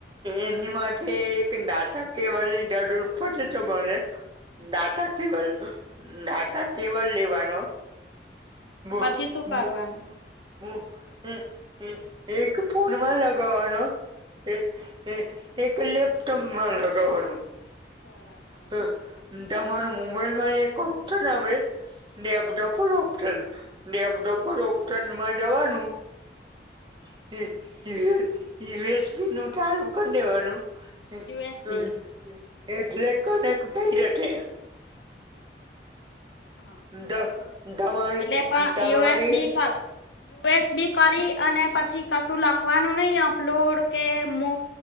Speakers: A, on the right; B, on the left.
A: એની માટે એક ડાટા કેબલની જરૂર પડે તમારે. ડાટા કેબલ ડાટા કેબલ લેવાનો <unintelligible>
B: પછી શું કરવાનું
A: <unintelligible> એક ફોનમાં લગાવવાનો એ એ એક લેપટોપમાં લગાવવાનું.
B: બરાબર
A: હ તમાર મોબાઈલમાં એક ઓપ્શન આવે લેપટોપ પર ઓપ <unintelligible> ડેપડોપ ઓપનમાં જવાનું હ <unintelligible> વેચવા નું ચાલું કરી દેવાનું હ
B: યુએસબી
A: હ એટલે કનેક્ટ થઈ જશે.
B: હા
A: <inaudible> તમારી
B: એટલે પણ
A: તમારી
B: યુએસબી કર યુએસબી કરી અને પછી કશું લખવાનું નઈ અપલોડ કે મો